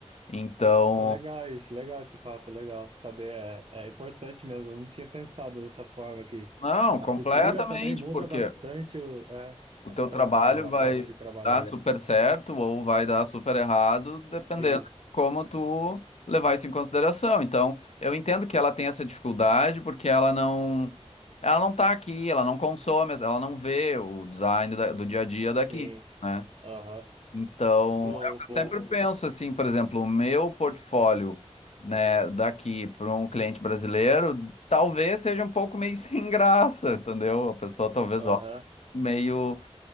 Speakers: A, on the left (about 70°); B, on the right (about 55°).
A: então,
B: pô, legal isso, legal esse papo, legal. Saber é, é importante mesmo. Eu não tinha pensado dessa forma que
A: não,
B: a
A: completamente,
B: cultura também muda
A: porque
B: bastante o, é,
A: o teu
B: o trabalho,
A: trabalho
B: a
A: vai
B: forma de trabalhar.
A: dar Olha, super certo ou vai dar super errado, dependendo
B: Sim.
A: de como tu levar isso em consideração. Então, eu entendo que ela tem essa dificuldade porque ela não ela não tá aqui, ela não consome, ela não vê o design da- do dia a dia daqui,
B: Sim,
A: né?
B: aham.
A: Então,
B: Bom,
A: é o que
B: bom,
A: eu sempre penso assim, por exemplo, o meu portfólio Né, daqui para um cliente brasileiro, talvez seja um pouco meio <laughs> sem graça, entendeu? A pessoa talvez
B: aham.
A: olhe meio